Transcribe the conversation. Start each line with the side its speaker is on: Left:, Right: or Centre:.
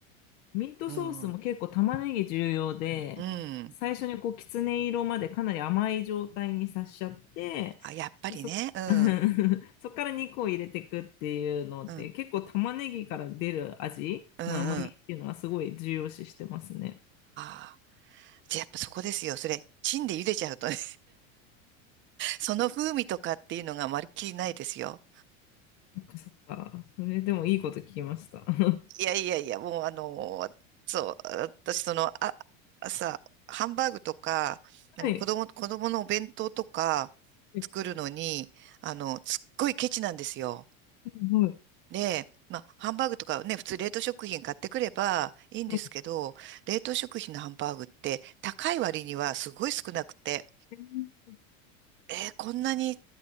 Left: ミートソースも結構玉ねぎ重要で、
Right: うん。うん。
Left: 最初にこう、きつね色までかなり甘い状態にさしちゃって、
Right: あ、やっぱりね。
Left: で、そ、
Right: うん。
Left: <laughs> そっから肉を入れていくっていうので、
Right: うん。
Left: 結構玉ねぎから出る味の甘みっていうのはすごい重要視してますね。
Right: うんうん。ああ。じゃあやっぱそこですよ。それ、チンで茹でちゃうとね。その風味とかっていうのがまるっきりないですよ。
Left: そっかそっか。それでもいいこと聞きました。<laughs>
Right: いやいやいや、もうあの、そう、私その、あ、朝、ハンバーグとか、あの子供、
Left: はい。
Right: 子供のお弁当とか
Left: はい
Right: 作るのに、あの、すっごいケチなんですよ。
Left: うん
Right: で、まあ、ハンバーグとかね、普通冷凍食品買ってくればいいんですけど、
Left: はい
Right: 冷凍食品のハンバーグって高い割にはすごい少なくて、
Left: うん
Right: えーこんなに